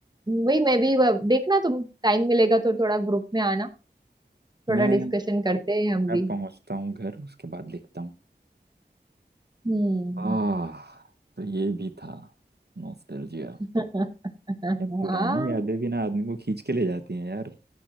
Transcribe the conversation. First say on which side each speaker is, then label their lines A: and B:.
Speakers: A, on the right; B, on the right.
A: वही मैं भी वह- देखना तुम टाइम मिलेगा तो थोड़ा ग्रुप में आना थोड़ा
B: मैं
A: डिस्कशन करते हैं हम
B: मैं
A: भी
B: पहुंचता हूँ घर उसके बाद देखता हूँ
A: हम्म
B: आह तो ये भी था नॉस्टैल्जिया
A: <laughs>
B: ये पुरानी
A: हाँ
B: यादें भी ना आदमी को खींच के ले जाती हैं यार